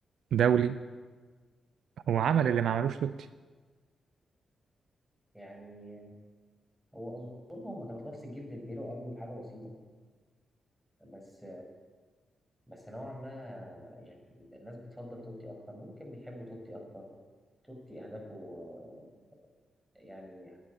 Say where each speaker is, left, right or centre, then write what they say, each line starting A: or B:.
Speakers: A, on the right; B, in the centre.
A: دولي هو عمل اللي ما عملوش توتي
B: يعني هو اظن هم كانوا في نفس الجيل ديل بيرو قبله بحاجه بسيطه بس بس نوعا ما يعني الناس بتفضل توتي اكتر ممكن بيحبوا توتي اكتر توتي اهدافه آه، يعني